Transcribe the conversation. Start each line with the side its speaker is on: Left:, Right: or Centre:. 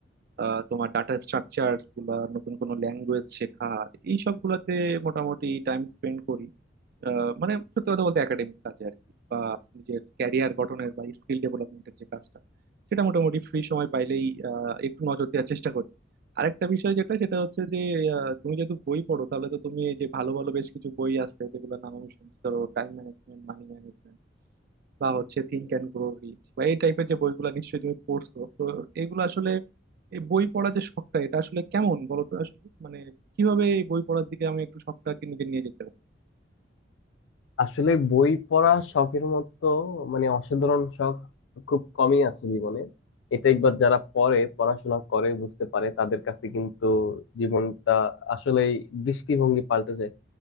Right: আহ, তোমার ডাটা স্ট্রাকচার গুলা নতুন কোনো ল্যাঙ্গুয়েজ শেখা এই সবগুলাতে মোটামুটি টাইম স্পেন্ড করি আহ, মানে সত্যি কথা বলতে একাডেমিক কাজে আর কি বা নিজের ক্যারিয়ার গঠনের বা স্কিল ডেভেলপমেন্টের যে কাজটা সেটা মোটামুটি ফ্রি সময় পাইলেই আহ, একটু নজর দেওয়ার চেষ্টা করি আরেকটা বিষয় যেটা সেটা হচ্ছে যে আহ, তুমি যেহেতু বই পড়ো তাহলে তো তুমি এই যে ভালো ভালো বেশ কিছু বই আছে যেগুলোর নাম আমি শুনছি ধরো টাইম ম্যানেজমেন্ট মানি ম্যানেজমেন্ট বা হচ্ছে থিঙ্ক অ্যান্ড গ্রো রিচ বা এই টাইপের যে বইগুলো নিশ্চয়ই তুমি পড়ছো তো এগুলো আসলে এই বই পড়ার যে শখটা এটা আসলে কেমন বলো তো আসলে মানে কিভাবে এই বই পড়ার দিকে আমি একটু শখটাকে নিজে নিয়ে যেতে পারি
Left: আসলে বই পড়া শখের মতো মানে অসাধারণ শখ খুব কমই আছে জীবনে এটা একবার যারা পড়ে পড়াশোনা করে বুঝতে পারে তাদের কাছে কিন্তু জীবনটা আসলেই দৃষ্টিভঙ্গি পাল্টে যায়